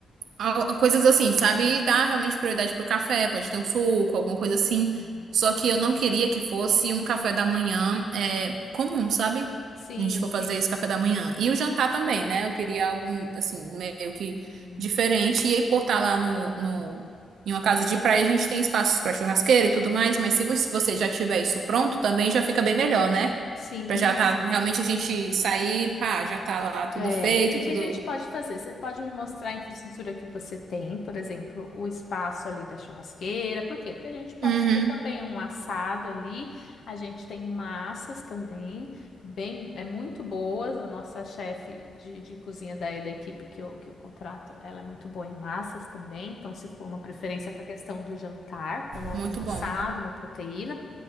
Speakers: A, on the right; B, on the left.
A: Al- Coisas assim, sabe?
B: Uhum.
A: E dar realmente prioridade pro café, pode ter um suco, alguma coisa
B: uhum.
A: assim. Só que eu não queria que fosse um café da manhã é, comum, sabe?
B: Sim,
A: A gente for
B: sim.
A: fazer esse café da manhã. E o jantar também, né? Eu queria algo, assim, meio que
B: Uhum.
A: diferente. E aí, por estar lá no, no, em uma casa de praia, a gente tem espaços para churrasqueira e tudo mais. Mas se vo- se você já tiver isso pronto, também já fica bem melhor, né?
B: Sim,
A: Pra já tá,
B: sim.
A: realmente a gente sair, pá, já tá lá tudo
B: É,
A: feito,
B: o que
A: tudo.
B: que a gente pode fazer? Você pode me mostrar a infraestrutura que você tem, por exemplo, o espaço ali da churrasqueira. Por quê? Porque a gente pode
A: Uhum,
B: ter também um assado ali. A gente tem massas também, bem, é muito boas. A nossa chefe de, de cozinha daí da equipe que eu, que eu contrato, ela é muito boa em massas também. Então, se for uma preferência para a questão do jantar, com algum
A: muito
B: assado,
A: bom.
B: uma proteína.